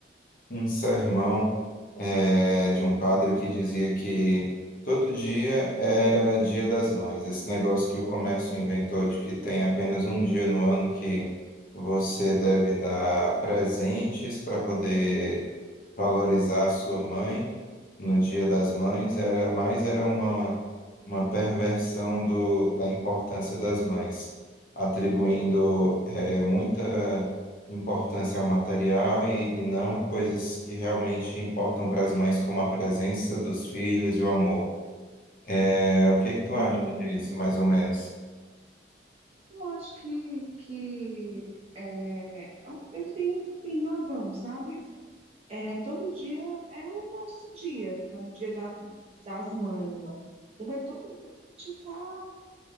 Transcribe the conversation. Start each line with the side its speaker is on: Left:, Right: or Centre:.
Left: um sermão eh, de um padre que dizia que todo dia era Dia das Mães. Esse negócio que o comércio inventou de que tem apenas um dia no ano que você deve dar presentes para poder valorizar sua mãe no Dia das Mães era mais era uma uma perversão do, da importância das mães, atribuindo eh, muita importância ao material e, e não a coisas que realmente importam para as mães, como a presença dos filhos e o amor. É, o que que tu acha
Right: Hum,
Left: disso, mais ou menos?
Right: Eu acho que, que é, é um- ele tem, tem razão, sabe? É, todo dia é o nosso dia, é o dia da, das mães. Porque todo dia a gente está